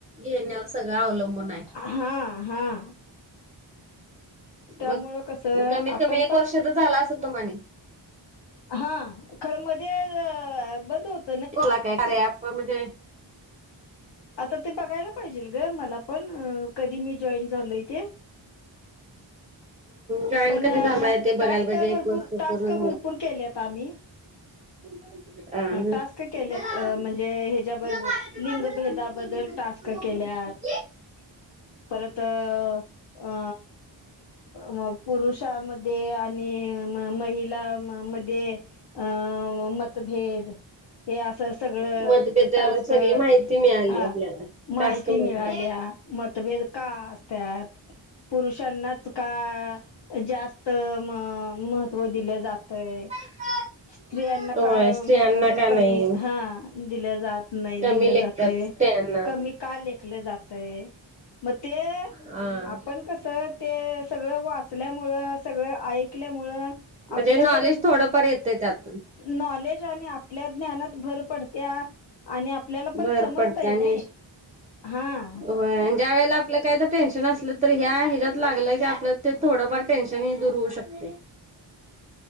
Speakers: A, on the right; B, on the left.
A: घेण्यावर सगळं अवलंबूनाय.
B: हां, हां. त्यामुळं
A: मग
B: कसं
A: कमीत-
B: आपण
A: कमी, एक
B: पण
A: वर्ष तर झाला असल तुम्हानी.
B: हा. खरं, मध्ये आ बंद होत.
A: तुला काय कार्याॲप मध्ये.
B: आता ते बघायला पाहिजेल गं मला पण अ कधी मी जॉईन झालोय ते.
A: जॉईन
B: पण
A: कधी
B: अ
A: झालाय ते बघायला
B: टास्क
A: पाहिजे
B: भरपूर
A: एक वर्ष
B: -टास्क
A: पूर्ण
B: भरपूर केल्यात. आम्ही
A: <inaudible>
B: टास्क
A: आं
B: केल्यात म्हणजे
A: हां
B: ह्याच्याबद्दल लिंगभेदाबद्दल
A: <unintelligible>
B: टास्क केल्यात
A: <unintelligible>
B: परत अ, अ मं पुरुष अ मध्ये आणि म महिलां म मध्ये अं मतभेद हे असं सगळं
A: मतभेदावर
B: टास्क
A: सगळी माहिती मिळाली
B: हा
A: आपल्याला
B: माहिती
A: टास्क मधन.
B: मिळाल्या. मतभेद का असत्यात, पुरुषांनाच का जास्त म महत्त्व दिलं जातयं
A: <unintelligible>
B: स्त्रियांना
A: होय
B: का
A: स्त्रियांना
B: महत्व
A: का नाही
B: कमी, हा दिलं जात नाही, हा
A: कमी
B: दिलं
A: लेखतात
B: जातयं
A: स्त्रियांना
B: कमी का लेखलं जातयं, म ते
A: हा.
B: आपण कसं ते सगळं वाचल्यामुळे, सगळ ऐकल्यामुळं
A: म्हणजे
B: आपल्या
A: नॉलेज
B: पण
A: थोडंफार येतं त्यातून
B: नॉलेज आणि आपल्या ज्ञानात भर पड त्या आणि आपल्याला पण
A: भर
B: समजताय
A: पडते आणि
B: नही, हां.
A: होय अन् ज्या वेळेला आपलं काही तर टेन्शन असलं तर ह्या ह्याच्यात लागलं की, आपलं ते थोडंफार टेन्शन ह दूर होऊ शकत ये.